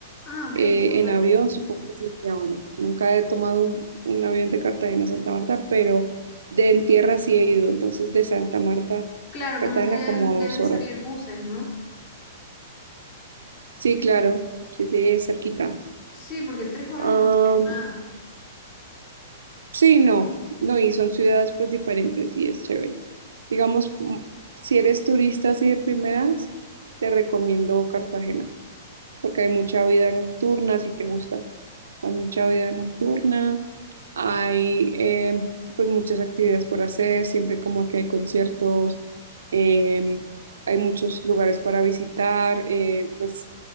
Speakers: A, on the left (about 45°); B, on the right (about 70°).
A: Ah, ok,
B: Eh,
A: súper.
B: en avión supongo que siete horas. Nunca he tomado un, un avión de Cartagena a Santa Marta, pero de en tierra sí he ido, entonces de Santa Marta a
A: Claro,
B: Cartagena
A: como que deben,
B: como a
A: deben
B: dos horas.
A: salir buses, ¿no?
B: Sí, claro, sí, sí, es cerquita.
A: Sí, porque tres horas
B: Am,
A: no es nada.
B: sí, no, no, y son ciudades pues diferentes y es chévere. Digamos, mm, si eres turista así de primeras, te recomiendo Cartagena. porque hay mucha vida nocturna, si te gusta, hay mucha vida nocturna, hay eh, pues muchas actividades por hacer, siempre como que hay conciertos, em, hay muchos lugares para visitar, eh, pues